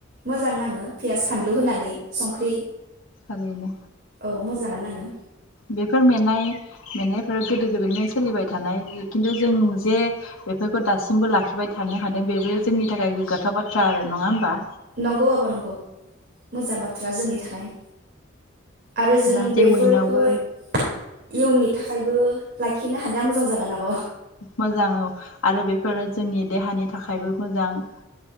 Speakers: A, on the right; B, on the left.
A: मोजां नांङो पियास फानलु होनानै संख्रि
B: आरैनो
A: औ मोजाङानो नाङो
B: बेफोर मेंनाय मेंनायफोरा गोदो गोदायनिफ्राय सोलिबाय थानाय खिन्थु जों जे बेफोरखौ दासिमबो लाखिबाय थानो हादों बेबो जोंनि थाखाय गोग्गाथाव बाथ्रा आरो नंङा होमबा?
A: नंगौ आब' नंगौ मोजां बाथ्रा जोंनि थाखाय। आरो जों
B: जाहाथे
A: बेफोरखौ
B: उइनावबो
A: इयुननि थाखायबो लाखिनो हानाया मोजां जागोन आब'
B: मोजां औ आरो बेफोरो जोंनि देहानि थाखायबो मोजां